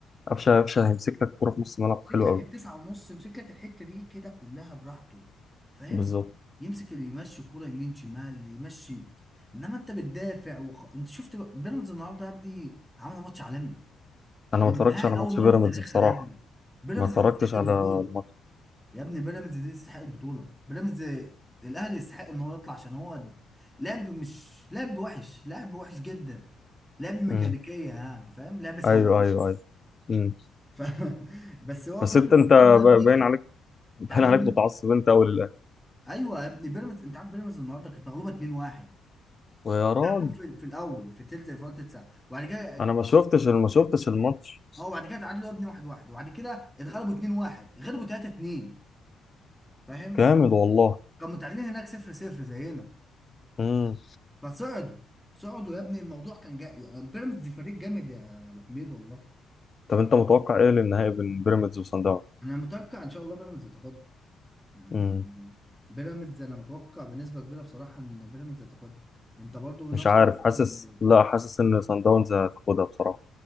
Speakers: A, on the left; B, in the centre.
A: قفشه قفشه هيمسك لك الكوره في نص الملعب
B: يمسك
A: حلو
B: لك
A: قوي
B: التسعه ونص يمسك لك الحته دي كده كلها براحته فاهم
A: بالظبط
B: يمسك اللي يمشي كوره يمين شمال يمشي انما انت بتدافع وخ... انت شفت بقى- بيراميدز النهارده يا ابني عملوا ماتش عالمي
A: انا
B: دي
A: ما
B: النهائي
A: اتفرجتش على
B: لاول
A: ماتش
B: مره
A: بيراميدز
B: في تاريخها
A: بصراحه
B: يا ابني بيراميدز
A: ما اتفرجتش
B: تستحق
A: على
B: البطوله
A: الماتش
B: يا ابني بيراميدز دي تستحق البطوله بيراميدز الاهلي يستحق ان هو يطلع عشان هو لعب مش لعب وحش لعب وحش جدا لعب ميكانيكيه
A: امم
B: يعني فاهم لعب سواقين
A: ايوه ايوه ايوه امم
B: ف... <laughs> بس هو
A: بس
B: بيراميدز
A: انت انت
B: النهارده
A: ب-
B: يا
A: باين
B: ابني
A: عليك باين
B: انت عارف
A: عليك
B: بيراميدز
A: متعصب انت قوي للاهلي
B: ايوه يا ابني بيراميدز انت عارف بيراميدز النهارده كانت مغلوبه 2-1
A: ويا راجل
B: جول في... في الاول في الثلث في اول تلت ساعه وبعد كده
A: انا ما شفتش ما شفتش الماتش
B: اه وبعد كده اتعادلوا يا ابني 1-1 وبعد كده اتغلبوا 2-1 غلبوا 3-2 فاهم
A: كامل والله
B: كانوا متعادلين هناك صفر صفر زينا
A: امم
B: فصعدوا صعدوا يا ابني الموضوع كان جاي يعني بيراميدز فريق جامد يا ابو حميد والله
A: طب انت متوقع ايه للنهائي بين بيراميدز وصن
B: انا متوقع ان شاء الله بيراميدز هتاخدها يعني
A: داونز
B: بيراميدز انا متوقع بنسبه كبيره بصراحه ان بيراميدز هتاخدها انت برضو نفس
A: مش عارف
B: الموضوع
A: حاسس
B: ولا ايه
A: لا حاسس ان سان داونز هتاخدها بصراحه